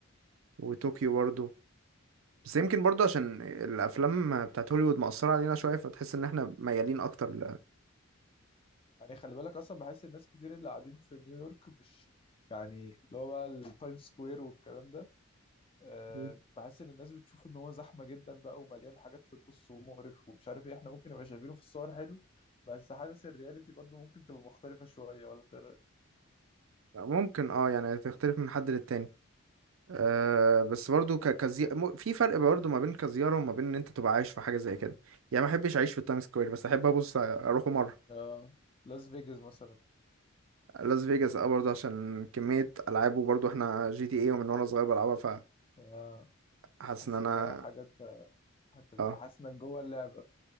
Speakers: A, on the right; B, on the left.
A: وطوكيو برضو بس يمكن برضو عشان الافلام بتاعت هوليوود مأثرة علينا شوية فتحس ان احنا ميالين اكتر ل...
B: يعني خلي بالك اصلا بحس الناس كتير اللي قاعدين في نيويورك مش يعني اللي هو بقى التايم سكوير والكلام ده آه،
A: مم.
B: بحس ان الناس بتشوف ان هو زحمه جدا بقى ومليان حاجات في النص ومقرف ومش عارف ايه احنا ممكن نبقى شايفينه في الصور حلو بس حاسس الرياليتي برضه ممكن تبقى مختلفه شويه ولا ترى
A: ممكن اه يعني تختلف من حد للتاني أه بس برضو ك... كزي... م- في فرق برضو ما بين كزيارة وما بين ان انت تبقى عايش في حاجة زي كده يعني ما احبش اعيش في التايم سكوير بس احب ابص اروحه مرة
B: اه لاس فيجاس مثلا
A: لاس فيجاس اه برضو عشان كمية العاب وبرضو احنا جي تي اي ومن وانا صغير بلعبها
B: آه
A: فحاسس
B: تحس
A: ان انا
B: ان هو حاجه انت هتبقى
A: اه
B: حاسس انك جوه اللعبه